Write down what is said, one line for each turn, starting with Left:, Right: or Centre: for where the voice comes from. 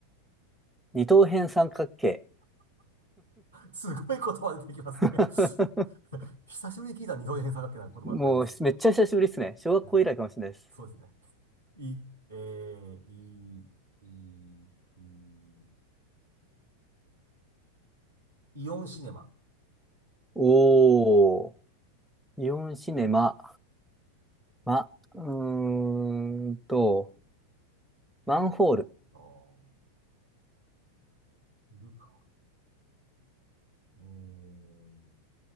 Centre: 二等辺三角形。
Right: すごい言葉出てきますね。
Centre: <laughs>
Right: <laughs> 久しぶりに聞いた二等辺三角形な言葉。
Centre: もう、
Right: まあいいです。
Centre: めっちゃ久しぶりですね。小学校以来かもしれないです。
Right: はいそうですね。い、えー、い、い、い、い、いイオンシネマ。
Centre: おー。イオンシネマ。ま、うーんと、マンホール。
Right: あーいるか。うーん